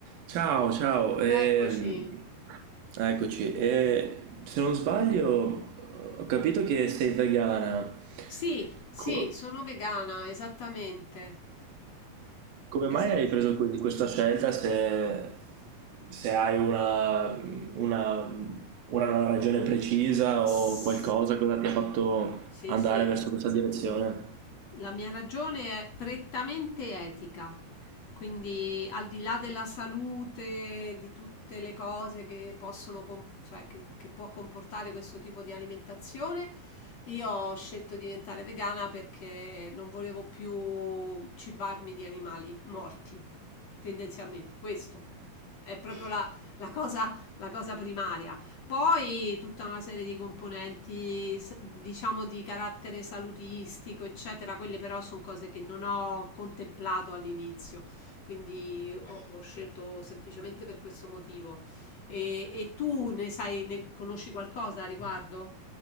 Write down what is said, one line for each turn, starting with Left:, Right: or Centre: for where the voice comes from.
Right: Ciao, ciao, ehm,
Left: Eccoci.
Right: eccoci. E se non sbaglio, ho capito che sei vegana.
Left: Sì, sì,
Right: Co-
Left: sono vegana, esattamente.
Right: come
Left: Esatto.
Right: mai hai preso que- questa scelta se, se hai una, una, una ragione precisa o
Left: Sì,
Right: qualcosa, cosa ti ha fatto
Left: sì.
Right: andare verso questa direzione?
Left: La mia ragione è prettamente etica, quindi al di là della salute, di tutte le cose che possono, com- cioè che, che può comportare questo tipo di alimentazione, io ho scelto di diventare vegana perché non volevo più cibarmi di animali morti. tendenzialmente questo è proprio la, la cosa, la cosa primaria. Poi tutta una serie di componenti, s- diciamo, di carattere salutistico, eccetera, quelle però sono cose che non ho contemplato all'inizio, quindi ho, ho scelto semplicemente per questo motivo. E, e tu ne sai, ne conosci qualcosa a riguardo?